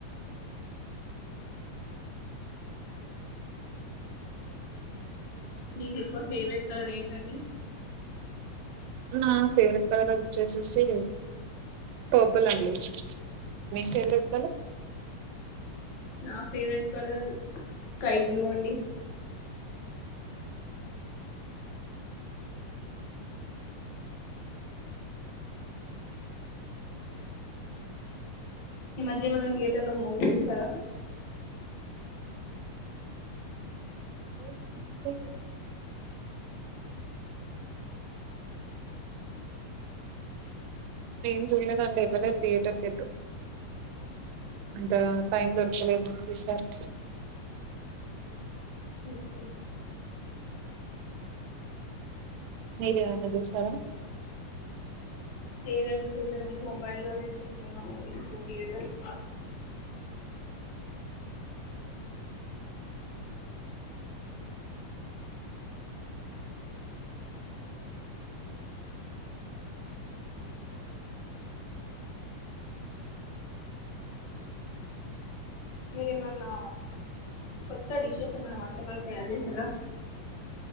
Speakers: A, on the left; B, on the right.
A: మీకు ఎక్కువ ఫేవరెట్ కలర్ ఏంటండి
B: నా ఫేవరెట్ కలర్ వచ్చేసేసి పపుల్ అండి మీ ఫేవరెట్ కలర్
A: నా ఫేవరెట్ కలర్ స్కై బ్లూ అండి ఈ మధ్య ఏమైనా థియేటర్ లో మూవీస్ చూసారా
B: మూవీస్ అంటే ఏం చూడలేదండి ఎళ్ళలేదు థియేటర్కి ఎటు అంత టైం దొరకలేదు నాకు ఈ సారి
A: ఓకే
B: మీరు ఏమన చూశారా
A: లేదండి చూడలేదండి మొబైల్ లోనే చూస్తున్నాం ఇపుడు థియేటర్స్ మీరేమన్నా కొత్త డిషెస్ ఏమైన్నా వంటకాలు తయారు చేసిరా